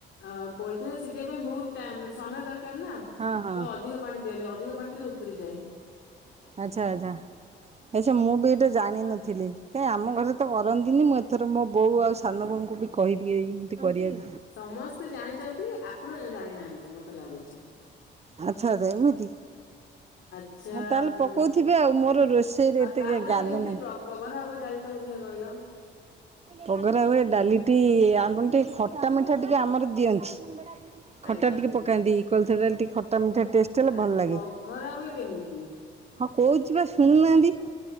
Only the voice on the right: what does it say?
ହଁ ହଁ
ଆଚ୍ଛା ଆଚ୍ଛା ଆଚ୍ଛା ମୁଁ ବି ଏଇଟା ଜାଣିନଥିଲି କାହିଁ ଆମ ଘରେ ତ କରନ୍ତିନି ମୁଁ ଏତ୍‌ ଥର ମୋ ବୋଉ ଆଉ ସାନ ବୋଉଙ୍କୁ ବି କହିବି ଏଇମିତି କରିବାକୁ।
ଆଚ୍ଛା ଆଚ୍ଛା ଏମିତି?
ହଁ ତାହେଲେ
ପକଉଥିବେ ଆଉ ମୋର ରୋଷେଇରେ
ଏତେ
ଜ୍ଞାନ
ନାହିଁ।
ପଘରା ହୁଏ ଡାଲିଟି ଆପନ୍‌ ଟିକେ ଖଟା ମିଠା ଟିକେ ଆମର ଦିଅନ୍ତି। ଖଟା
ଟିକେ ପକାନ୍ତି କୋଳଥଡାଲ୍ ଟିକେ ଖଟା ମିଠା ଟେଷ୍ଟ ହେଲେ
ଭଲ ଲାଗେ।
ହଁ କହୁଚି ବା ଶୁଣୁନାହାନ୍ତି